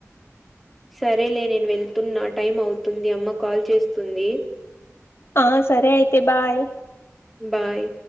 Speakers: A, in the centre; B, on the left.
A: సరేలే నేను వెళ్తున్నా టైం అవుతుంది అమ్మ కాల్ చేస్తుంది
B: ఆ సరే అయితే బాయ్
A: బాయ్